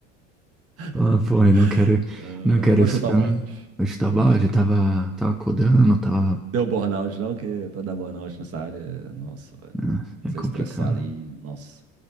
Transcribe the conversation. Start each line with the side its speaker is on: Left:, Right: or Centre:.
Right: <laughs>
Centre: Ah, pô, eu não quero,
Right: Ah,
Centre: não
Right: vai
Centre: quero
Right: lá, vou
Centre: isso
Right: chutar
Centre: pra
Right: o balde.
Centre: mim. Eu estava,
Right: Não,
Centre: já tava, tava codando, tava
Right: Deu burnout, não, que pra dar burnout nessa área, nossa, velho.
Centre: Nossa,
Right: Você
Centre: É complicado.
Right: estressar ali, nossa.